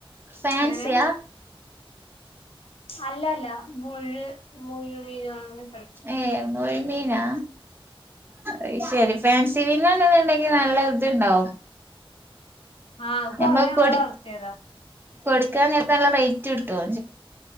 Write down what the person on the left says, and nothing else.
അങ്ങനെ അല്ലല്ല മുഴു മുഴു മീനു അങ്ങനെ
ആഹ് അത്
കൊറേ ഞങ്ങള്
വളർത്തിയതാ